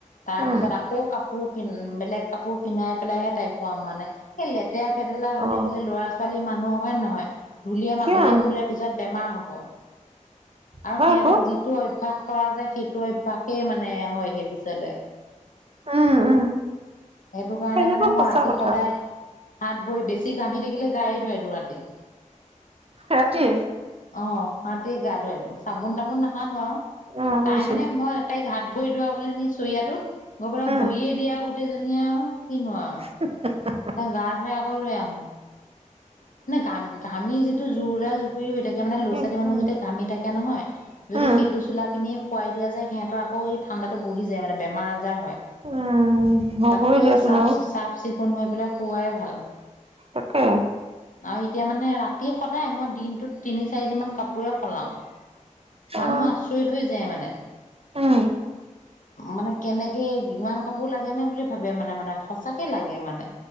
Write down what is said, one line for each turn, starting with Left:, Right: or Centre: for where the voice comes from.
Left: তাৰ
Right: উম
Left: পিছত আকৌ কাপোৰ পিন বেলেগ কাপোৰ পিন্ধাই পেলাইহে তাইক শুৱাম মানে সেই লে লেতেৰা ফেদেলা হৈ
Right: অ
Left: থাকিলে ল'ৰা ছোৱালী মানুহ হয় নহয় ধূলিয়ে মাকতিয়ে
Right: কিয়
Left: শুলে পিছত পিছত বেমাৰ হব আৰু
Right: হয়
Left: সিহঁতক
Right: আকৌ
Left: যি টো অভ্যাস কৰা যায় সেইটো অভ্যাসেই মানে হয়গে পিছলে।
Right: উম উম
Left: এইটো কাৰণে
Right: সেইটোতো
Left: মানে মই
Right: সঁচা
Left: ৰাতি
Right: কথা
Left: সদায় হাত ভৰি, বেছি ঘামি থাকিলে গায়েই ধুৱাই দিওঁ ৰাতি।
Right: ৰাতি?
Left: অ' ৰাতি গা ধুৱাই দিওঁ, চাবোন তাবোন নাখানো আৰু।
Right: অ বুজিছো
Left: তাই মানে মই তাইক হাত ভৰি ধোৱাবলে নি চৰিয়াটোত গৈ পেলাই
Right: উম
Left: বহিয়ে দিয়ে আৰু গোটেইজনীয়ে আৰু কিনো আৰু।
Right: <inaudible>
Left: তাইক গা ধুৱাই আকৌ লৈ আহোঁ। মানে ঘামি যিটো জুৰুলা জুপুৰি হৈ থাকে মানে ল'ৰা
Right: উম
Left: ছোৱালী মানুহ
Right: উম
Left: যেতিয়া ঘামি থাকে নহয় যদি
Right: উম
Left: সেইটো চোলা পিনিয়ে শুৱাই দিয়া যায় সিহঁতৰ আকৌ এই ঠাণ্ডাটো বহি যায় মানে বেমাৰ আজাৰ হয়।
Right: উম হ'বই
Left: তাতকে
Right: দিয়াচোন
Left: চাফ
Right: আৰু
Left: চাফ চিকুণ হৈ পেলাই শুৱাই ভাল।
Right: তাকে।
Left: আৰু এতিয়া মানে ৰাতি সদায়, মই দিনটোত তিনি চাৰিযোৰমান কাপোৰে সলাওঁ। মানুহ
Right: অ
Left: আচৰিত হৈ যায় মানে।
Right: উম
Left: মানে কেনেকে ইমান কাপোৰ লাগেনে বুলি ভাবে। মানে মানে সঁচাকে লাগে মানে।